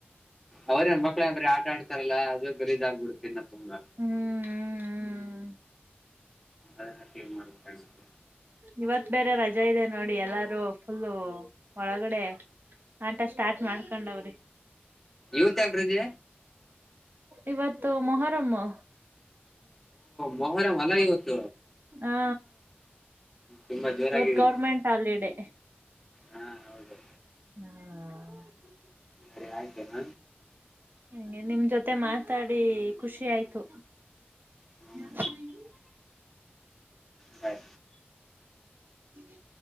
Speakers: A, in the centre; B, on the right.
A: ಅವರೇ ಮಕ್ಳ ಬರ ಆಟ ಆಡ್ತ.. ಇಲ್ಲ ಅದು ಗರೀದಾಗಬಿಡ್ತೀ ನ ತುಂಬಾ..
B: ಹ್ಮ್
A: ಅದ ಮಾಡ ಕಂಡಿತ..
B: ಇವತ್ ಬೇರೆ ರಜೆ ಇದೆ ನೋಡಿ ಎಲ್ಲಾರೂ ಫುಲ್ಲು ಒಳಗಡೆ. ಆಟ ಸ್ಟಾರ್ಟ್ ಮಾಡ್ಕೊಂಡವ್ರಿ..
A: ಇವತ್ ಆಗ್ರಜ.
B: ಇವತ್ತು ಮೊಹರಮ್ಮ..
A: ಮಹರ ಮಲ್ಲ ಈ ಹೊತ..
B: ಹಾ
A: ತುಂಬಾ ಜೋರಾಗಿದೆಯಲ್ಲ
B: ಇವತ್ ಗೌರ್ಮೆಂಟ್ ಹಾಲಿಡೆ..
A: ಹಾ ಹೌದು..
B: ಹ್ಮ
A: ರಿಯ ಜನ.
B: ಹಗೆ ನಿಮ್ ಜೊತೆ ಮಾತಾಡಿ ಖುಷಿ ಆಯ್ತು.
A: ಹ್ಮ್,
B: ನಾಮಾನಿ.
A: ಹಯ.
B: ಹ್ಮ.